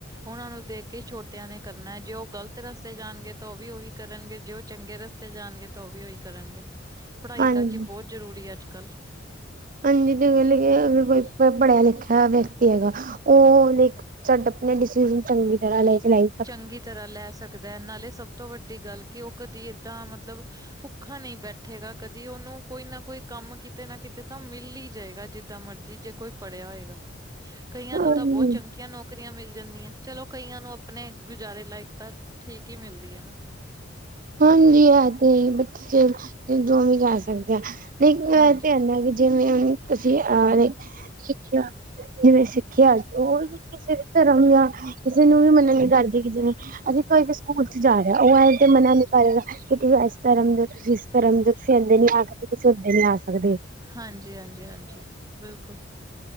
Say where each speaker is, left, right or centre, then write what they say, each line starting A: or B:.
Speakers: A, on the right (about 20°); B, on the right (about 45°).
A: ਓਨਾਂ ਨੂੰ ਦੇਖ ਤੇ ਛੋਟਿਆਂ ਨੇ ਕਰਨਾ ਜੇ ਉਹ ਗ਼ਲਤ ਰਸ ਰਸਤੇ ਜਾਨਗੇ ਤਾਂ ਓ ਵੀ ਓਈ ਕਰਨਗੇ, ਜੇ ਓ ਚੰਗੇ ਰਸਤੇ ਜਾਨਗੇ ਤਾਂ ਓ ਵੀ ਓਈ ਕਰਨਗੇ। ਪੜ੍ਹਾਈ
B: ਹਾਂਜੀ
A: ਤਾਂ ਜੀ ਬੋਤ ਜ਼ਰੂਰੀ ਐ ਅੱਜ-ਕੱਲ੍ਹ।
B: ਹਾਂਜੀ ਤੇ <unintelligible> ਕੋਈ ਪੜ੍ਹਿਆ ਲਿਖਿਆ ਵਿਅਕਤੀ ਹੈਗਾ ਓ ਲੇਖ ਡ ਆਪਨੇ ਡਿਸੀਜ਼ਨ ਚੰਗੀ ਤਰ੍ਹਾਂ ਲੈ <unintelligible>
A: ਚੰਗੀ ਤਰ੍ਹਾਂ ਲੈ ਸਕਦਾ ਐ, ਨਾਲੇ ਸਭ ਤੋਂ ਵੱਡੀ ਗੱਲ ਕਿ ਓ ਕਦੀ ਏਦਾਂ ਮਤਲਬ ਭੁੱਖਾ ਨਈ ਬੈਠੇਗਾ ਕਦੀ ਉਹਨੂੰ ਕੋਈ ਨਾ ਕੋਈ ਕੰਮ, ਕਿਤੇ ਨਾ ਕਿਤੇ ਤਾਂ ਮਿਲ ਹੀ ਜਾਏਗਾ ਜਿੱਦਾਂ ਮਰਜ਼ ਜੀ, ਜੇ ਕੋਈ ਪੜ੍ਹਿਆ ਹੋਏਗਾ। ਕਈਆਂ
B: ਫਿਰ
A: ਨੂੰ ਤਾਂ ਬਹੁਤ ਚੰਗੀਆਂ ਨੌਕਰੀਆਂ ਮਿਲ ਜਾਂਦੀਆਂ, ਚਲੋ ਕਈਆਂ ਨੂੰ ਅਪਨੇ ਗੁਜ਼ਾਰੇ ਲਾਇਕ ਤਾਂ ਠੀਕ ਹੀ ਮਿਲਦੀ ਐ ਨਾ।
B: ਹਾਂਜੀ ਇਹ ਤੇ ਹੈ ਬੱਚੇ ਜੋ ਵੀ ਕਰ ਸਕਦੇ ਆ ਲੇਕਿਨ
A: ਹਾਂਜੀ
B: ਐ ਤੇ ਹੈ ਨਾ ਜਿਵੇਂ <unintelligible> ਸਿੱਖਿਆ ਜਿਵੇਂ ਸਿੱਖਿਆ <unintelligible> ਕਿਸੇ ਵੀ ਧਰਮ ਯਾ ਕਿਸੇ ਨੂੰ ਵੀ ਮੰਨਾ ਨੀ ਕਰਦੀ ਕਿ ਜਿਵੇਂ ਅਸੀਂ ਕੋਈ ਵੀ ਸਕੂਲ 'ਚ ਜਾ ਰਿਹਾ ਉਹ ਐ ਤੇ ਮਨਾ ਨ ਕਰੇਗਾ ਕਿ ਤੁਸੀਂ ਇਸ ਧਰਮ ਦੇ, ਤੁਸੀਂ ਇਸ ਧਰਮ ਦੇ ਤੁਸੀਂ ਇੱਦਾਂ ਨੀ ਆ ਸਕਦੇ, ਤੁਸੀਂ ਉਦੇ ਨੀ ਆ ਸਕਦੇ।
A: ਹਾਂਜੀ, ਹਾਂਜੀ, ਹਾਂਜੀ ਬਿਲਕੁਲ।